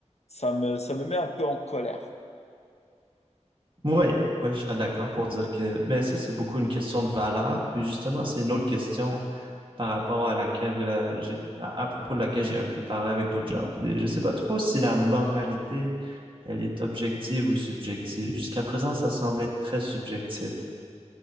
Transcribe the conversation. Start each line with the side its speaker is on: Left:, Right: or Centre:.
Left: ça me, ça me met un peu en colère.
Right: Ouais, ouais, je serais d'accord pour dire que... Mais ça, c'est beaucoup une question de valeur. Puis justement, c'est une autre question. par rapport à laquelle euh, j'ai à, à propos de laquelle j'ai un peu parlé avec d'autres gens. Puis je sais pas trop si la moralité, elle est objective ou subjective. Jusqu'à présent, ça semblait très subjectif.